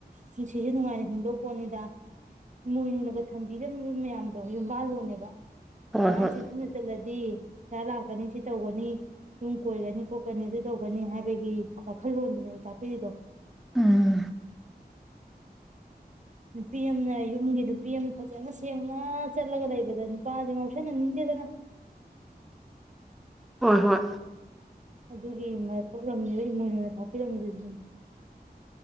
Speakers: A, on the right; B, in the centre.
A: ꯅꯨꯡꯁꯤꯁꯦ ꯅꯨꯡꯉꯥꯏꯅ ꯍꯤꯡꯗꯧ ꯄꯣꯠꯅꯤꯗ ꯏꯣꯏꯅꯨꯅꯒ ꯊꯝꯕꯤꯔꯝꯃꯤꯕ ꯃꯌꯥꯝꯗꯣ ꯌꯨꯝꯕꯥꯜꯂꯣꯅꯦꯕ
B: ꯍꯣꯏ
A: ꯃꯥꯥꯏꯁꯨꯁꯤꯅ
B: ꯍꯣꯏ
A: ꯆꯂ ꯗꯤ ꯄꯩꯁꯥ ꯂꯥꯛꯀꯅꯤ ꯁꯤ ꯇꯧꯒꯅꯤ ꯌꯨꯝ ꯀꯣꯏꯒꯅꯤ ꯈꯣꯠꯀꯅꯤ ꯑꯗꯨ ꯇꯧꯒꯅꯤ ꯍꯥꯏꯕꯒꯤ ꯋꯥꯈꯜꯂꯣꯟꯗꯨꯅꯦꯕ ꯇꯥꯛꯄꯤꯔꯤꯗꯣ
B: ꯎꯝ
A: ꯅꯨꯄꯤ ꯑꯃꯅ ꯌꯨꯝꯒꯤ ꯅꯨꯄꯤ ꯑꯃꯅ ꯐꯖꯅ ꯁꯦꯡꯅ ꯆꯠꯂꯒ ꯂꯩꯕꯗ ꯇꯥꯗꯤ ꯉꯥꯎꯁꯤꯟꯅꯅꯤꯡꯗꯦꯗꯅ
B: ꯍꯣꯏ ꯍꯣꯏ
A: ꯑꯗꯨꯒꯤ ꯃ ꯂꯝꯁꯤꯗ ꯏꯃꯣꯏꯅꯨꯅ ꯊꯥꯛꯄꯤꯔꯝꯂꯤꯁꯤꯅꯤ